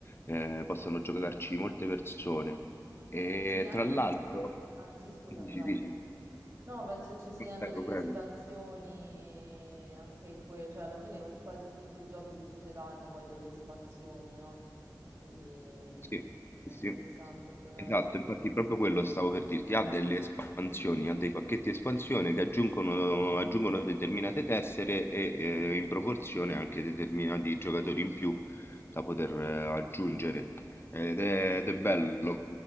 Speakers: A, on the left (about 35°); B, on the right (about 50°).
A: ehm, possono giocarci molte persone. E
B: Sì, anche
A: tra l'altro
B: perché... ma- Ah, sì, scusami,
A: Dici,
B: vai.
A: dici.
B: No, penso ci siano
A: Prego,
B: delle
A: prego.
B: espansioni anche in cui... Cioè, alla fine o- quasi tutti i giochi di società hanno poi delle espansioni, no? Quindi
A: Sì,
B: è
A: sì,
B: interessante
A: sì.
B: giocarci.
A: Esatto, infatti proprio quello stavo per dirti, ha delle espansioni, ha dei pacchetti espansione che aggiungono, aggiungono determinate tessere e eh, in proporzione anche determinati giocatori in più da poter eh, aggiungere. Ed è, ed è bello,